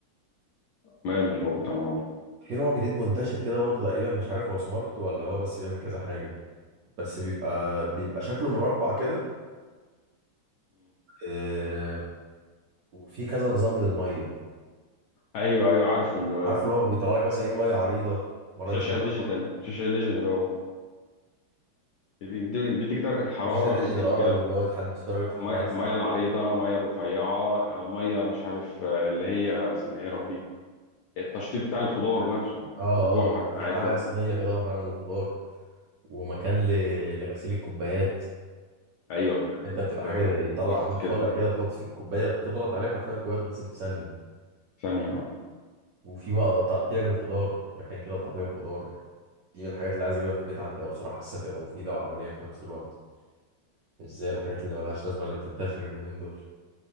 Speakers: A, on the left; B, on the right.
A: ماله الحب بتاع المربى
B: في نوع جديد منتشر كده برضه تقريبا مش عارف هو سمارت ولا هو بس بيعمل كذا حاجة بس بيبقى بيبقى شكله مربع كده آه، وفي كذا نظام للمية
A: ايوه ايوه عارف ال-
B: عارف اللي هو بيطلع لك مثلا ايه ميه عريضة مرة
A: شاشه
B: بيطلع
A: ديجيتال
B: لك
A: شاشه ديجيتال اهو بيديك بيديك درجه الحراره
B: وشاشة ديجيتال
A: بيديك
B: اه
A: ال-
B: اللي بيقعد تحدد في درجة
A: ميه
B: الحرارة عايز
A: مية
B: تعلى
A: العريضه ميه الرفيعه آه، ميه مش عارف آه، اللي هي اسمها ايه يا ربي التشطيب بتاع الخضار نفسه
B: اه
A: واللوحه
B: اه وكان
A: بتاعتها
B: في معاه صينيه كده فعلا للخضار ومكان ل... لغسيل الكوبايات
A: ايوه
B: انت بتبقى حاجه
A: آه،
B: زي
A: بضغط
B: طلع بوت
A: كده
B: طالع كده بتحط فيه الكوبايه تضغط عليه حرفيا الكوبايه تتغسل في ثانيه
A: ثانيه اه
B: وفي بقى تقطيع للخضار مكان كده تقطيع الخضار دي من الحاجات اللي عايز اجيبها في البيت عندي او بصراحه حاسسها تبقى مفيده وعمليه في نفس الوقت مش زي الحاجات اللي ملهاش لازمه اللي بتنتشر اليومين دول